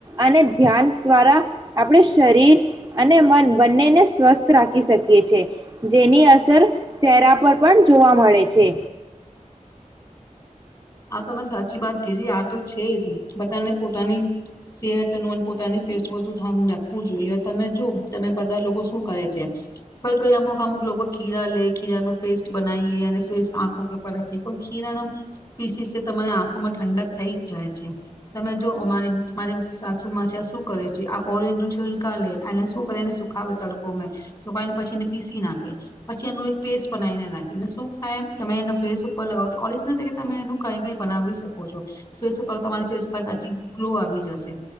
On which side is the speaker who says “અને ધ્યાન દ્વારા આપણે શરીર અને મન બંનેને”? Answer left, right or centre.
Right